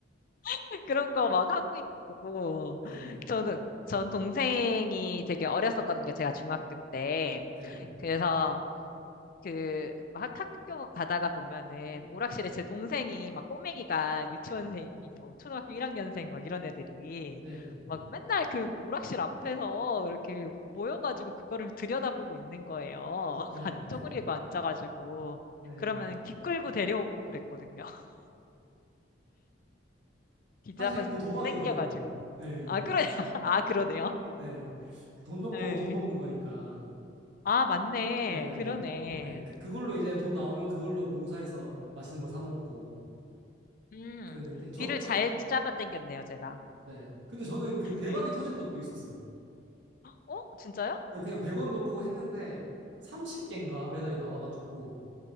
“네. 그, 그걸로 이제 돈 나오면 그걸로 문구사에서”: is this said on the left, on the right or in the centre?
Right